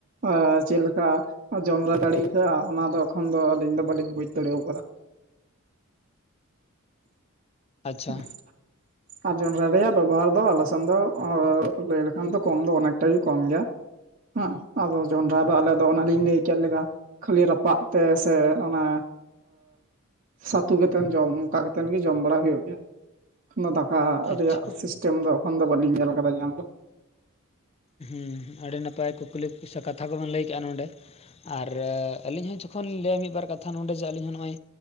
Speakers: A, on the right; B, on the left.
A: ᱚᱻ ᱪᱮᱫᱞᱮᱠᱟ ᱡᱚᱢᱨᱟ ᱫᱟᱲᱮ ᱟᱹᱭᱠᱟᱜᱼᱟ ᱚᱱᱟᱫᱚ ᱮᱠᱷᱚᱱ ᱫᱚ ᱟᱹᱞᱤᱧ ᱫᱚ ᱵᱟᱹᱞᱤᱧ ᱵᱩᱡᱽ ᱫᱟᱲᱮ ᱟᱠᱟᱫᱟ᱾
B: ᱟᱪᱪᱷᱟ
A: <unintelligible> ᱟᱨ ᱡᱚᱱᱰᱨᱟ ᱨᱮᱭᱟᱜ ᱵᱮᱵᱚᱦᱟᱨ ᱫᱚ ᱟᱞᱮᱥᱱ ᱫᱚ ᱞᱟᱹᱭ ᱞᱮᱠᱷᱟᱱ ᱫᱚ ᱠᱚᱢ ᱫᱚ ᱚᱱᱮᱠᱴᱟᱜ ᱜᱮ ᱠᱚᱢ ᱜᱮᱭᱟ᱾ ᱦᱮᱸ ᱟᱫᱚ ᱡᱚᱱᱰᱨᱟ ᱫᱚ ᱟᱞᱮ ᱫᱚ ᱚᱱᱮᱞᱤᱧ ᱞᱟᱹᱭ ᱠᱮᱫ ᱞᱮᱠᱟ᱾ ᱠᱷᱟᱹᱞᱤ ᱨᱟᱯᱟᱜ ᱛᱮ ᱥᱮ ᱚᱱᱮ ᱥᱟᱹᱛᱩ ᱠᱟᱛᱮᱢ ᱡᱚᱢ᱾ ᱠᱟ ᱠᱟᱛᱮᱱ ᱜᱮ ᱡᱚᱢ ᱵᱟᱲᱟ ᱦᱩᱭᱩᱜ ᱜᱮᱭᱟ ᱚᱱᱟ ᱫᱟᱠᱟ
B: ᱟᱪᱪᱷᱟ
A: ᱨᱮᱭᱟᱜ ᱡᱚᱢ ᱫᱚ ᱮᱠᱷᱚᱱ ᱫᱚ ᱵᱟᱹᱞᱤᱧ ᱧᱮᱞ ᱟᱠᱟᱫᱟ ᱧᱮᱞ ᱫᱚ
B: ᱦᱮᱸ ᱟᱹᱰᱤ ᱱᱟᱯᱟᱭ ᱠᱩᱠᱞᱤ ᱠᱟᱛᱷᱟ ᱠᱚᱵᱮᱱ ᱞᱟᱹᱭ ᱠᱮᱜᱼᱟ ᱱᱚᱸᱰᱮ ᱟᱨ ᱟᱹᱞᱤᱧ ᱦᱚᱸ ᱡᱚᱠᱷᱚᱱ ᱞᱟᱹᱭᱟ ᱢᱤᱫ ᱵᱟᱨ ᱠᱟᱛᱷᱟ ᱠᱟᱛᱷᱟ ᱱᱚᱰᱮ ᱡᱮ ᱟᱞᱤᱧ ᱦᱚᱸ ᱱᱚᱜᱼᱚᱭ